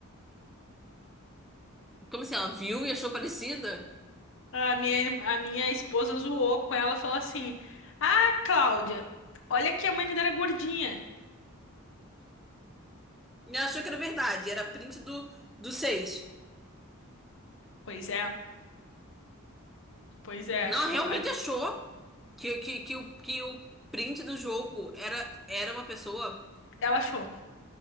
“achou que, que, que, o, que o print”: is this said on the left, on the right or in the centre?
Centre